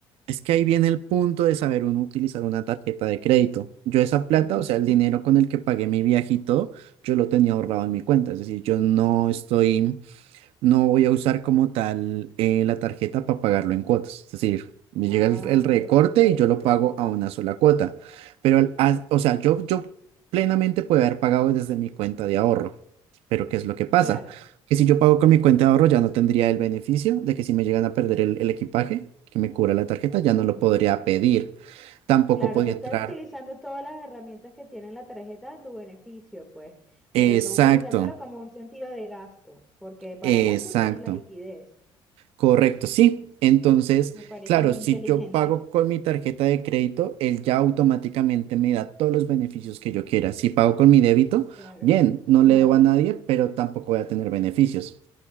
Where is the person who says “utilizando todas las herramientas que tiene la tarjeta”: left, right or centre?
Centre